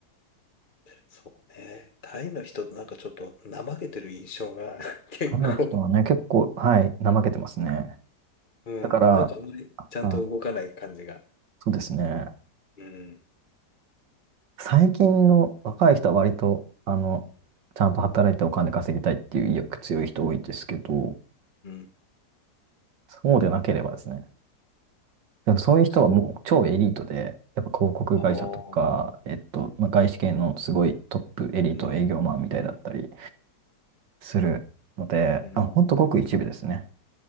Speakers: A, on the left (about 30°); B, on the right (about 85°).
A: そうね。タイの人ってなんかちょっと怠けてる印象が <laughs> 結構、
B: あの人はね、結構、はい、怠けてますね。
A: うん。
B: だから、
A: なんかあんまりちゃんと動かない感じが。
B: あ、そうですね。
A: うん。
B: 最近の若い人は割と、あの、ちゃんと働いてお金稼ぎたいっていう意欲強い人多いですけど、
A: うん。
B: そうでなければですね、でもそういう人はもう超エリートで、
A: そ
B: やっぱ広告会社とか、
A: う。ああ。
B: えっと、まあ、外資系のすごいトップエリート営業マンみたいだったり
A: うん。うん。
B: するので、
A: うん。
B: あ、ほんとごく一部ですね。